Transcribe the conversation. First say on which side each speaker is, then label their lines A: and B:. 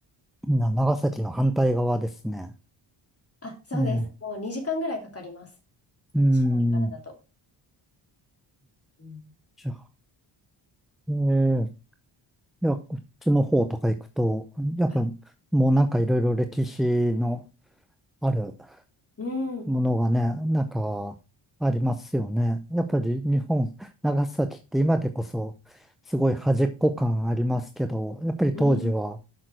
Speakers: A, in the centre; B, on the left (about 30°).
A: な、長崎の反対側ですね。
B: あ、そうです。
A: ええ、
B: もう2時間ぐらいかかります。あの市内からだと。
A: うん。
B: うん
A: じゃあ、ええ、いや、こっちの方とか行くと、やっぱ、
B: はい。
A: もうなんかいろいろ歴史のある
B: うん。
A: ものがね、なんか、ありますよね。やっぱり日本、長崎って今でこそ、すごい端っこ感ありますけど、やっぱり当時は
B: うん